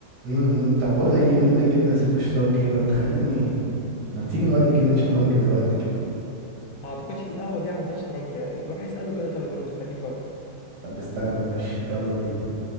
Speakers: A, on the right; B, on the left.
A: امم امم. طب بقول لك ايه منك جبنا لسيره الشطرنج كده انت خلتني ما تيجي نودي جيمين شطرنج دلوقتي كده
B: ما اعتقدش القهوه دي عندها شطرنج آه، روح اساله كده طيب وانا مستنيك اهو
A: طب استنى ماشي يلا بينا